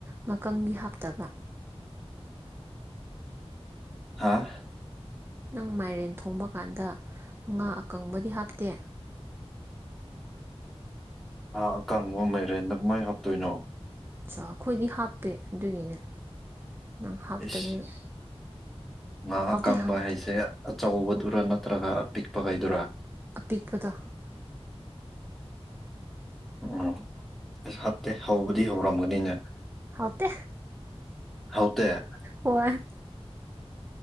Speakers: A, on the right (about 20°); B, in the centre.
A: ꯉꯥꯀꯪꯒꯤ ꯍꯥꯞꯇꯕ꯭ꯔꯥ
B: ꯍꯥꯥ
A: ꯅꯪ ꯃꯥꯏꯔꯦꯟ ꯊꯣꯡꯕ ꯀꯥꯟꯗ ꯉꯥ ꯑꯀꯪꯕꯗꯤ ꯍꯥꯞꯇꯦ
B: ‌ꯑ‌ꯦ ꯑꯀꯪꯕ ꯃꯥꯏꯔꯦꯟꯗ ꯀꯃꯥꯏꯅ ꯍꯥꯞꯇꯣꯏꯅꯣ
A: ꯑ ꯑꯩꯈꯣꯏꯗꯤ ꯍꯥꯞꯄꯦ ꯑꯗꯨꯒꯤꯅꯦ ꯅꯪ ꯍꯥꯞꯇꯕꯒꯤ
B: ꯏꯁ ꯉꯥ
A: ꯍꯥꯎꯗꯤ
B: ꯑꯀꯪꯕ
A: ꯍꯥꯎꯇꯦ
B: ꯍꯥꯏꯁꯦ ꯑꯆꯧꯕꯗꯨꯔꯥ ꯅꯠꯇ꯭ꯔꯒ ꯑꯄꯤꯛꯄꯈꯩꯗꯨꯔꯥ
A: ꯄꯤꯛꯄꯗ‌ꯣ
B: ꯑꯣ ꯑꯁ ꯍꯥꯞꯇꯦ ꯍꯧꯕꯗꯤ ꯍꯧꯔꯝꯒꯅꯤꯅ‌ꯦ
A: ꯍꯥꯎꯇꯦ
B: ꯍꯥꯎꯇ‌ꯦ
A: ꯍꯣꯏ